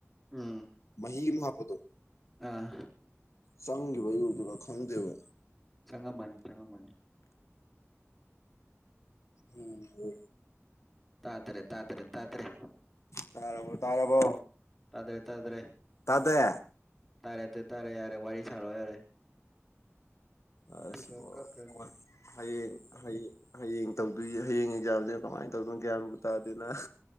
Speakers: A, in the centre; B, on the left (about 70°).
A: ꯎꯝ
B: ꯃꯍꯤ ꯑꯃ ꯍꯥꯞꯄꯗꯣ
A: ꯑꯥ
B: ꯆꯪꯈꯤꯕꯩ ꯑꯣꯢꯗꯣꯢꯔ ꯈꯪꯗꯦꯕ
A: ꯆꯪꯉꯝꯃꯅꯤ ꯆꯪꯉꯝꯃꯅꯤ
B: ꯎꯝ ꯋꯣ
A: ꯇꯥꯗ꯭ꯔꯦ ꯇꯥꯗ꯭ꯔꯦ ꯇꯥꯗ꯭ꯔꯦ
B: ꯇꯥꯔꯕꯣ ꯇꯥꯔꯕꯣ
A: ꯇꯥꯗ꯭ꯔꯦ ꯇꯥꯗ꯭ꯔꯦ
B: ꯇꯥꯗꯦ
A: ꯇꯥꯔꯦ ꯑꯗꯨ ꯇꯥꯔꯦ ꯌꯥꯔꯦ ꯋꯥꯔꯤ ꯁꯥꯔꯛꯑꯣ ꯌꯥꯔꯦ
B: ꯑꯁ
A: ꯄꯩꯁꯥ
B: ꯢꯕꯣ
A: ꯀꯛꯈ꯭ꯔꯅꯤ
B: ꯀꯣꯜ ꯍꯌꯦꯡ ꯍꯌꯦꯡ ꯍꯌꯦꯡ ꯇꯧ- ꯄꯨꯢꯌꯦ ꯍꯌꯦꯡ ꯑꯦꯛꯖꯥꯝꯅꯦ ꯀꯃꯥꯏꯅ ꯇꯧꯗꯣꯢꯅꯣ ꯒ꯭ꯌꯥꯟꯕꯨ ꯇꯥꯗꯦꯅ ꯍꯥ